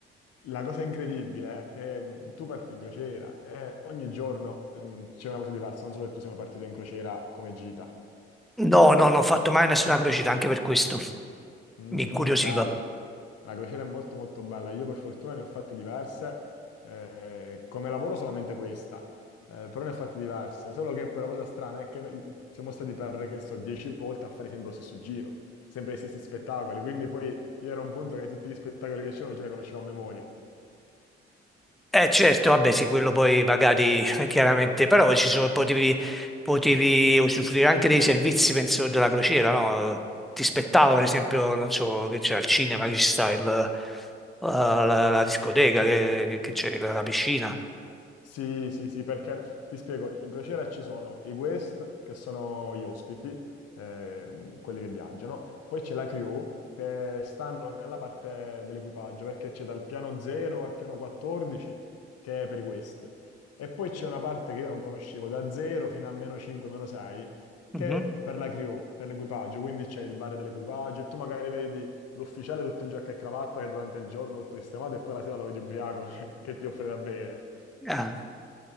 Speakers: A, on the left; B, in the centre.
A: la cosa incredibile è che mh, tu parti in crociera e ogni giorno mh, c'è una cosa diversa. Non so se tu sei mai partito in crociera come gita.
B: No, no, non ho fatto mai nessuna crociera, anche per questo
A: Mm,
B: mi incuriosiva.
A: bella. La crociera è molto molto bella. Io per fortuna ne ho fatte diverse. eh, come lavoro solamente questa, eh, però ne ho fatte diverse. Solo che poi la cosa strana è che noi siamo stati per, che so, 10 volte a fare sempre lo stesso giro, sempre gli stessi spettacoli. Quindi poi io ero a un punto che tutti gli spettacoli che c'erano ce li conoscevo a memoria.
B: Eh certo, vabbè sì, quello poi magari eh, chiaramente, però ci sono, potevi, potevi usufruire anche dei servizi, penso, della crociera, no? Ti spettava
A: Cioè,
B: per esempio, non so, che c'è al cinema, che ci sta il, eh, la, la discoteca, che che c'è la piscina.
A: Sì, sì, sì, perché ti spiego, in crociera ci sono i guest, che sono gli ospiti, ehm, quelli che viaggiano, poi c'è la crew, che stanno nella parte dell'equipaggio, perché c'è dal piano 0 al piano 14, che è per i guest, e poi c'è una parte che io non conoscevo, da 0 fino a meno 5, meno 6,
B: Mhm.
A: che è per la crew, per l'equipaggio, quindi c'è il bar dell'equipaggio, e tu magari vedi l'ufficiale tutto in giacca e cravatta, che durante il giorno è tutto sistemato, e poi la sera lo vedi ubriaco, <laughs> che ti offre da bere
B: Ah.